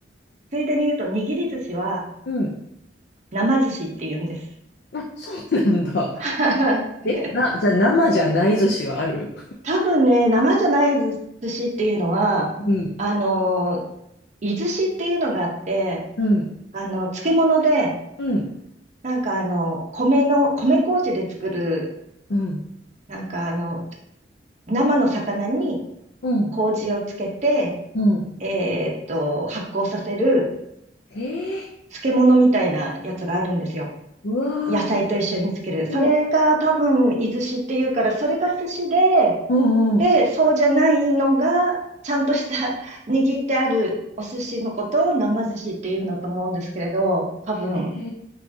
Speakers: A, on the right; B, on the left.
A: ついでに言うと、握り寿司は、
B: うん。
A: 生寿司って言うんです。
B: あ、そうなんだ。
A: はい。
B: え、な、じゃあ生じゃない寿司はある
A: 多分ね、生じゃない寿司っていうのは、
B: うん、
A: あのー、いずしっていうのがあって、
B: うん、
A: あの、漬物で、
B: うん、
A: なんかあの、米の、米麹で作る、
B: うん、
A: なんかあの、生の魚に
B: うん、
A: 麹をつけて、
B: うん。
A: えーっと、発酵させる
B: えー、
A: 漬物みたいなやつがあるんですよ。
B: うわー、
A: 野菜と一緒につける。それが多分、
B: お
A: イズシっていうから、それが寿司で、
B: うん、
A: で、
B: うん。
A: そうじゃないのが、ちゃんとした <laughs> 握ってあるお寿司のことを生寿司っていうのと思うんですけれど、多分、
B: へ